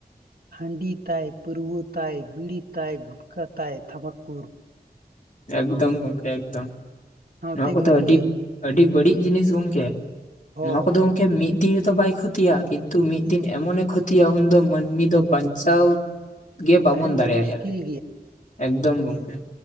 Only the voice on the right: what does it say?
ᱦᱟᱺᱰᱤ ᱛᱟᱭ ᱯᱟᱹᱨᱣᱟᱹ ᱛᱟᱭ ᱵᱤᱲᱤ ᱛᱟᱭ ᱜᱩᱴᱠᱟ ᱛᱟᱭ ᱛᱷᱟᱢᱟᱠᱩᱨ
ᱥᱟᱶᱛᱮ
ᱜᱚᱢᱠᱮ
ᱦᱚ
ᱛᱟᱦᱮᱱ
ᱫᱚ ᱢᱩᱥᱠᱤᱞ